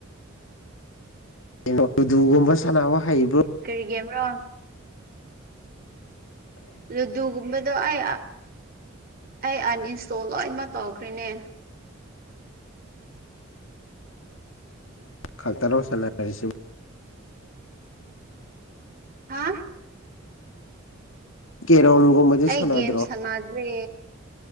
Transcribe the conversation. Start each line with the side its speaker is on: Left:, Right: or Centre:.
Left: ꯣ ꯇꯨꯗꯒꯨꯝꯕ ꯁꯥꯟꯅꯕ ꯍꯩꯕ꯭ꯔꯣ
Right: ꯀꯔꯤꯒꯤ ꯑꯃꯔꯣ ꯂꯗꯨꯒꯨꯝꯕ ꯑꯗꯣ ꯑꯩ ꯑꯩ ꯑꯟꯏꯟꯁꯇꯣꯜ ꯂꯣꯏꯅꯃꯛ ꯇꯧꯈ꯭ꯔꯤꯅꯦ
Left: ꯈ ꯇꯔꯣ ꯁꯅꯁꯤ
Right: ꯍꯥ
Left: ꯀꯦꯔꯣꯝꯒꯨꯝꯕꯗꯤ
Right: ꯑꯩ
Left: ꯁꯥꯟꯅꯗ꯭ꯔꯣ
Right: ꯒꯦꯝ ꯁꯥꯟꯅꯗ꯭ꯔꯦ